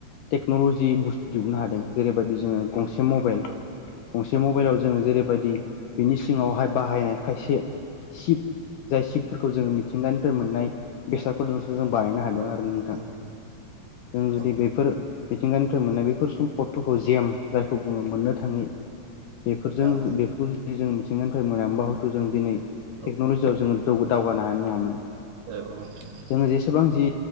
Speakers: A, on the left (about 75°); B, on the right (about 60°).
A: टेक्न'लजि बुस्थु दिहुननो हादों। जेरैबायदि जोङो गंसे मबाइल गंसे मबाइलाव जोङो जेरैबायदि बिनि सिङावहाय बाहायनाय खायसे शिब जाय शिबफोरखौ जोङो मिथिंगानिफ्राय मोननाय बेसादफोरजोंसो जों बानायनो हादों
B: औ
A: आरो। नोंथां
B: औ
A: जों जुदि
B: औ
A: बेैफोर मिथिंगानिफ्राय मोननाय बेफोर सम्पदफोरखौ जेम जायखौ बुङो मोननो थाङो बेफोरजों
B: औ
A: बेफोरखौ ज जों मिथिंगानिफ्राय मोनामोनबा हयतु जों दिनै
B: औ नोंथां औ
A: टेकनलि फुजायाव जोङो दावगानो हानाय नङामोन।
B: <unintelligible>
A: जोङो जेसेबां जि